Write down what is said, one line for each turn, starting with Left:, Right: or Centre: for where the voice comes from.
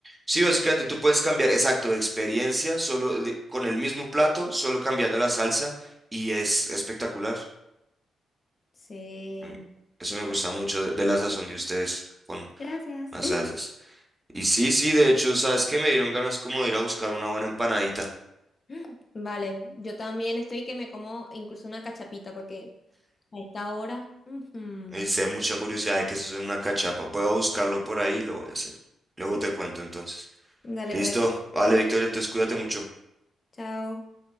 Right: Sí, básicamente tú puedes cambiar, exacto, de experiencia, solo de- con el mismo plato, solo cambiando la salsa y es espectacular.
Left: Sí,
Right: Mm, Eso
Left: sí,
Right: me
Left: pa.
Right: gusta mucho de, de la sazón de ustedes con
Left: Gracias.
Right: las salsas. Y sí, sí, de hecho, sabes que me dieron ganas como de ir a buscar una buena empanadita.
Left: <laughs> Vale, yo también estoy que me como incluso una cachapita porque a esta hora. ujú.
Right: Y sé mucha curiosidad de que eso es una cachapa. Voy a buscarlo por ahí y lo voy a hacer. Luego
Left: Sí, pues.
Right: te cuento entonces.
Left: Dale,
Right: Listo.
Left: pues.
Right: Vale, Victoria, entonces cuídate mucho.
Left: Chao.